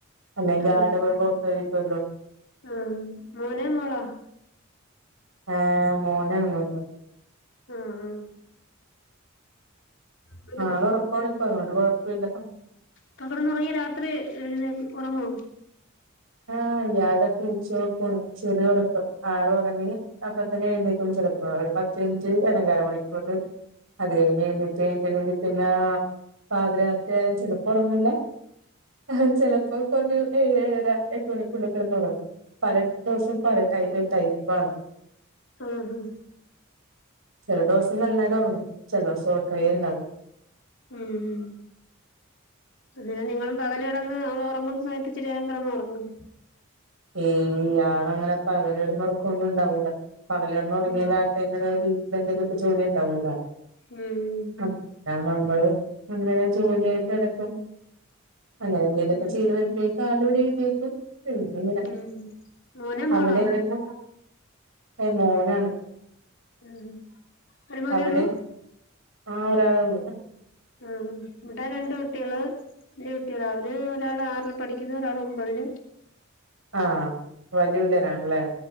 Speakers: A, on the right; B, on the left.
A: അല്ലെങ്കി
B: ആഹ്
A: ആൾടെ പൊറകെ ഓട്ടാരിക്കുവല്ലോ
B: ആഹ് മോനോ? മോളാ?
A: ആഹ് മോനാണ് <unintelligible>
B: ആഹ് പിന്നെ
A: ആളൊറക്കാണിപ്പോ അതോണ്ട് കുഴപ്പല്ല
B: ഇപ്പോ കെടന്നൊറങ്ങിയാ രാത്രി എഴുന്നേക് ഉറങ്ങോ?
A: ആഹ് ഇയാൾടെ പൂച്ചയൊറക്കാ ചെറിയോറക്കം ആളൊറങ്ങി അപ്പത്തന്നെ എഴുന്നേക്കും ചെലപ്പോ ഒരു പത്ത് മിനിറ്റ് അല്ലങ്കി അര മണിക്കൂറില് അത് കഴിഞ്ഞെഴിഞ്ഞിട്ട് എഴുന്നേറ്റിന്നാ പിന്നാ പാതിരാത്രിയാലും ചിലപ്പോ ഉറങ്ങൂല്ല ആഹ് ചെലപ്പോക്കൊങ്ങും എഴേഴരാ എട്ട് മണിക്ക് വിളിക്കണന്താറിയോ പല ദിവസോം പല ടൈ ടൈപ്പാണ്
B: ആഹ് ഹാ
A: ചെല ദിവസം നന്നായിട്ട് ഉറങ്ങും ചെല ദിവസം ഉറക്കേണ്ടാവൂ
B: ഉം ഉം അങ്ങെനെ നിങ്ങളും പകലെടന്ന് ഉറങ്ങുന്ന സമയത്ത് ഇച്ചിരിനേരം കിടന്നുറങ്ങണം
A: ഏയ് ഇയാളങ്ങനെ പകലെടന്ന് ഒറക്കവൊന്നും ഉണ്ടാവുല പകല് കെടന്ന് ഒറങ്ങിയ
B: ഉം
A: രാ എങ്ങനായാലു രു <unintelligible> ജോലി ഉണ്ടാവല്ലോ
B: ഉം
A: അപ് നാ നമ്മള് അങ്ങനെ ജോലിയായിട്ട് എട്ക്കും അങ്ങനെ എന്തെലൊക്കെ
B: ഉം
A: ചെയ്ത് വരുമ്പോഴേക്ക് ആളിവിടെ എഴുന്നേക്കും പിന്നെങ്ങനെ
B: ഉം മോനാ മോളാ
A: അവിടെ എങ്ങനെ ഏഹ് മോനാണ്
B: ഉം ഒരു മോനേള്ളൂ?
A: അവിടെ ആഹ് ഒരാളേള്ളു.
B: ആ ബടെ രണ്ട് കുട്ടിയെള് വലിയ കുട്ടികള് അവര് ഒരാൾ ആറിൽ പഠിക്കുന്ന ഒരാൾ ഒമ്പത് തില്
A: ആഹ് വല്ലിയപിള്ളാരാണല്ലേ?